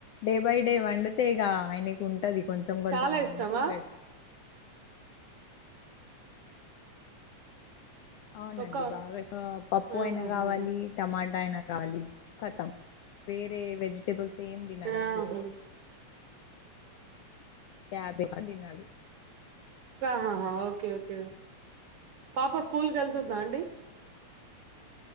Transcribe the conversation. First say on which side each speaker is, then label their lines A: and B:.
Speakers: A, on the left; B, on the right.
A: డే బై డే వండితే ఇక ఆయనకి ఉంట పది కొంచెం కొంచెం
B: చాలా
A: మంచి
B: ఇష్టమా
A: పె అవునండి
B: ఒక
A: బాగా పప్పు
B: ఆహాహా
A: అయినా కావాలి టమాటా అయినా గాల కతం వేరే వెజిటేబల్స్ సేమ్ తినారంండి
B: ఆహా
A: యాభై తిన్నాడు
B: హాహా ఓకే ఓకే పాప స్కూల్ క వెళ్తుందా అండి